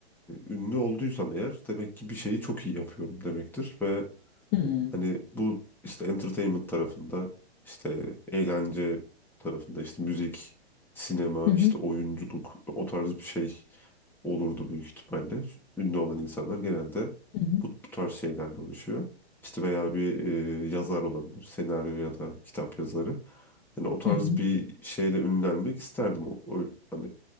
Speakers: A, in the centre; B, on the left.
A: ünlü olduysam eğer demek ki bir şeyi çok iyi yapıyorum demektir ve
B: Hı hı.
A: Hani bu işte entertainment tarafında, işte eğlence tarafında, işte müzik, sinema,
B: Hı hı.
A: işte oyunculuk o tarz bir şey olurdu büyük ihtimalle. Ünlü olan insanlar genelde
B: Hı hı.
A: bu, bu tarz şeylerle uğraşıyor. İşte veya bir e, yazar olabilir, senaryo ya da kitap yazarı. Hani o tarz
B: Hı hı.
A: bir şeyle ünlenmek isterdim. O, o- hani